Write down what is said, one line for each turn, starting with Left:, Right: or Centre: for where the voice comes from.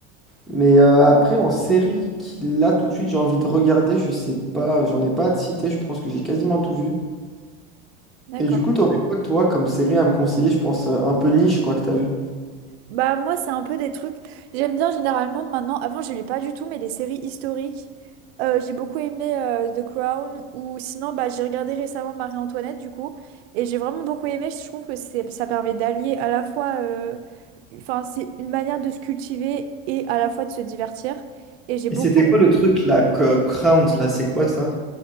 Centre: Mais euh, après, en série, qui là tout de suite, j'ai envie de regarder, je sais pas, j'en ai pas à te citer, je pense que j'ai quasiment tout vu.
Right: D'accord.
Centre: Et du coup, t'aurais quoi, toi, comme série à me conseiller, je pense, euh, un peu niche, quoi, que t'as vu?
Right: Bah moi c'est un peu des trucs. J'aime bien généralement maintenant. Avant j'aimais pas du tout mais les séries historiques. Euh, j'ai beaucoup aimé euh, The Crown ou sinon bah j'ai regardé récemment Marie-Antoinette du coup et j'ai vraiment beaucoup aimé. Je trouve que c'est ça permet d'allier à la fois euh, enfin c'est une manière de se cultiver et à la fois de se divertir et j'ai beaucoup
Centre: Et c'était quoi le truc, là, que- Crown, là, c'est quoi ça?